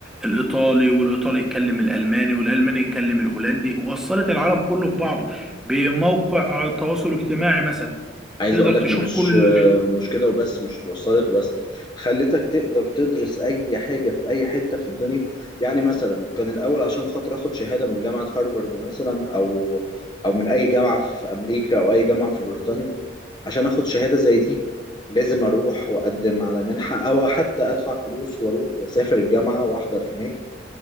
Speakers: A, in the centre; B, on the left.
A: الايطالي والايطالي يتكلم الالماني والالماني يتكلم الهولندي وصلت العالم كله ببعضه بموقع تواصل اجتماعي مثلا
B: عايز
A: تقدر
B: اقول لك
A: تشوف
B: مش
A: كل
B: مش كده وبس مش وصلت وبس خلتك تقدر تدرس اي حاجه في اي حته في الدنيا يعني مثلا كان الاول عشان خاطر اخد شهاده من جامعه هارفارد مثلا او او من اي جامعه في امريكا او اي جامعه في بريطانيا عشان اخد شهاده زي دي لازم اروح واقدم على منحه او حتى ادفع فلوس واروح واسافر الجامعه واحضر هناك